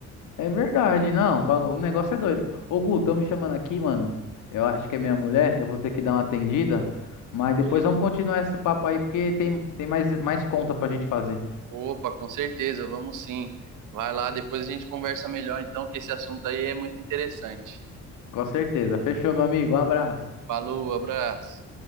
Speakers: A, on the left; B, on the right.
A: É verdade, não, bagu- o negócio é doido. Ô, Gu, tão me chamando aqui, mano. Eu acho que é minha mulher, eu vou ter que dar uma atendida, mas depois
B: Beleza.
A: vamos continuar esse papo aí, porque tem, tem mais, mais conta pra gente fazer.
B: Opa, com certeza, vamos sim. Vai lá, depois a gente conversa melhor, então, que esse assunto aí é muito interessante.
A: Com certeza. Fechou, meu amigo. Um abraço.
B: Falou, abraço.